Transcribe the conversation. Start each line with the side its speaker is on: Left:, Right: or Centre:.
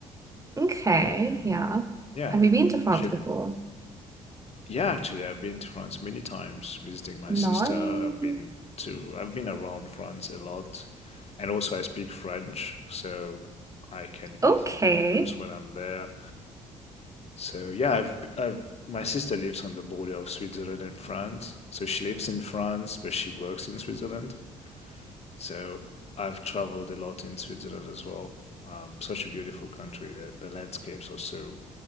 Right: Okay.
Left: and
Right: Yeah.
Left: yeah,
Right: Have you been to France
Left: she'll
Right: before?
Left: Yeah, actually, I've been to France many times visiting my
Right: Nice.
Left: sister. I've been to, I've been around France a lot. And also, I speak French, so I can easily
Right: Okay.
Left: converse when I'm there. So, yeah, I've, b- I've, my sister lives on the border of Switzerland and France. So, she lives in France, but she works in Switzerland. So, I've traveled a lot in Switzerland as well. Um, such a beautiful country. The, the landscapes are so,